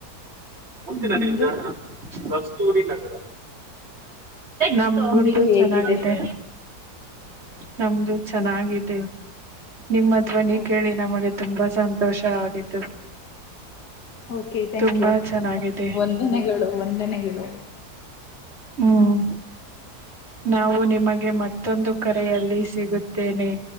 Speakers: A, on the right; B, on the left.
A: ಮುಂದಿನ
B: ನಿಮ್ದು
A: ನಿಲ್ದಾಣ ಕಸ್ತೂರಿ ನಗರ ನಮ ರೂಟೂ
B: ನಿಮ್ದು ಹೇಗಿದೆ
A: ಚೆನ್ನಾಗಿದೆ ನಮ್ದು ಚೆನ್ನಾಗಿದೆ ನಿಮ್ಮ ಧ್ವನಿ
B: ಓಕೆ
A: ಕೇಳಿ ನಮಗೆ ತುಂಬಾ ಸಂತೋಷ ಆಗಿತ್ತು
B: ಓಕೆ ಥ್ಯಾಂಕ್
A: ತುಂಬಾ
B: ಯು
A: ಚೆನ್ನಾಗಿದೆ
B: ವಂದನೆಗಳು ವಂದನೆಗಳು
A: ಹ್ಮ್ ನಾವು ನಿಮಗೆ ಮತ್ತೊಂದು ಕರೆಯಲ್ಲಿ ಸಿಗುತ್ತೇನೆ